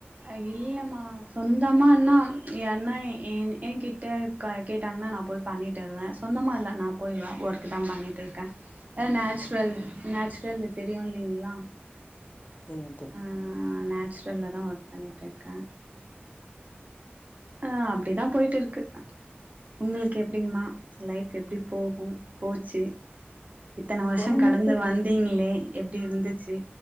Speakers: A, on the right (about 40°); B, on the left (about 45°).
A: அ இல்லம்மா சொந்தமானா யார்னா என் எங்கிட்ட க கேட்டாங்னா நா போய் பண்ணிட்டு வருவ சொந்தமா இல்ல நா போய் எ ஒர்க்குதா பண்ணிட்டு இருக்க அது நேச்சுரல் ம் நேச்சுரல் இது தெரியு இல்லைங்ளா
B: தெரியு தெரியு
A: ம் நேச்சுரல்ல தா வொர்க் பண்ணிட்ருக்க ஆ அப்டிதா போயிட்டு இருக்கு உங்களுக்கு எப்டிங்மா லைஃப் எப்டி போகு போச்சு இத்தன வர்ஷ
B: போயினு
A: கடந்து
B: இருக்குது
A: வந்தீங்ளே எப்டி இந்துச்சு